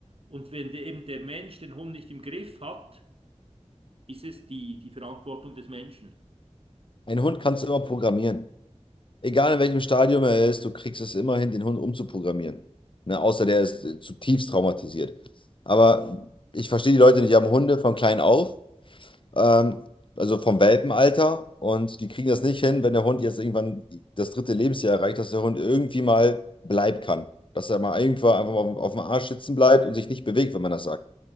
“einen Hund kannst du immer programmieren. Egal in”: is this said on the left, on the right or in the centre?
Left